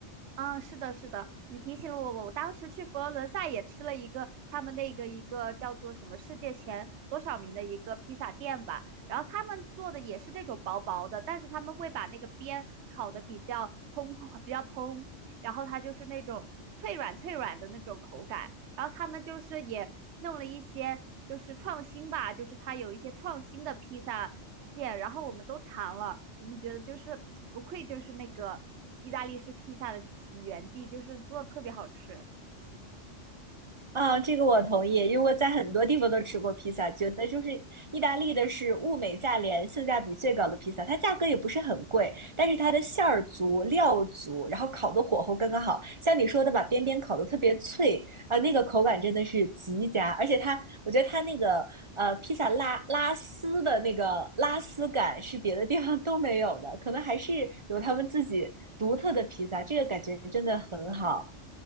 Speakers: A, on the right (about 70°); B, on the right (about 40°).
A: 嗯，是的，是的，你提醒了我，我当时去佛罗伦萨也吃了一个他们那个一个叫做什么世界前多少名的一个披萨店吧，然后他们做的也是那种薄薄的，但是他们会把那个边烤的比较蓬蓬，比较蓬，然后它就是那种脆软脆软的那种口感，然后他们就是也弄了一些就是创新吧，就是他有一些创新的披萨馅，然后我们都尝了，我们觉得就是不愧就是那个意大利式披萨的起源地，就是做的特别好吃。
B: 啊，这个我同意，因为我在很多地方都吃过披萨，觉得就是意大利的是物美价廉、性价比最高的披萨，它价格也不是很贵，但是它的馅儿足、料足，然后烤的火候刚刚好。像你说的，把边边烤的特别脆啊、那个口感真的是极佳，而且它，我觉得它那个呃披萨拉拉丝的那个拉丝感是别的地方都没有的，可能还是有他们自己独特的披萨，这个感觉真的很好。